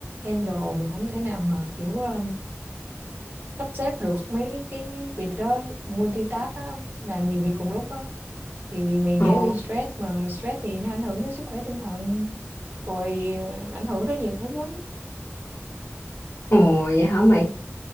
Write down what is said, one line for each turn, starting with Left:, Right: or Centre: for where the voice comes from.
Right: handle mình không thể nào mà kiểu ờ, sắp xếp được mấy cái việc đó multitask đó làm nhiều việc cùng lúc đó thì mày dễ
Left: ồ
Right: bị stress mà stress thì nó ảnh hưởng đến sức khỏe tinh thần rồi ờ, ảnh hưởng tới nhiều thứ lắm
Left: ồ vậy hả mày